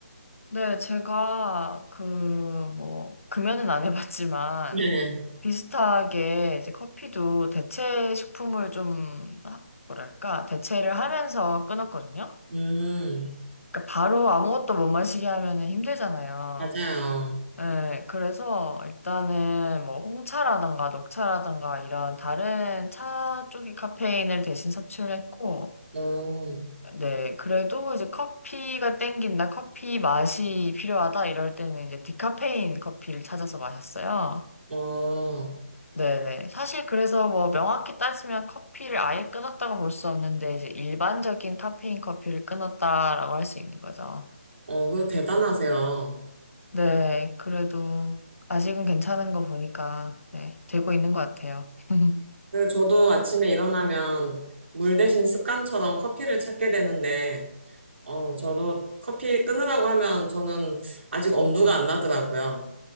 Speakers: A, on the left; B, on the right.
A: 네, 제가 그 뭐, 금연은 안 해봤지만,
B: 네.
A: 비슷하게 이제 커피도 대체 식품을 좀, 하- 뭐랄까, 대체를 하면서 끊었거든요.
B: <laughs> 음,
A: 그러니까 바로 아무것도 못 마시게 하면은 힘들잖아요.
B: 맞아요.
A: 네, 그래서 일단은 뭐 홍차라던가 녹차라던가 이런 다른 차 쪽의 카페인을 대신 섭취를 했고,
B: 어,
A: 네, 그래도 이제 커피가 땡긴다, 커피 맛이 필요하다 이럴 때는 이제 디카페인 커피를 찾아서 마셨어요.
B: 어,
A: 네네. 사실 그래서 뭐 명확히 따지면 커피를 아예 끊었다고 볼 수 없는데, 이제 일반적인 카페인 커피를 끊었다라고 할 수 있는 거죠.
B: 어, 그 대단하세요.
A: 네, 그래도 아직은 괜찮은 거 보니까, 네, 되고 있는 것 같아요. <laughs>
B: 그 저도 아침에 일어나면 물 대신 습관처럼 커피를 찾게 되는데, 어, 저도 커피 끊으라고 하면 저는 아직 엄두가 안 나더라고요.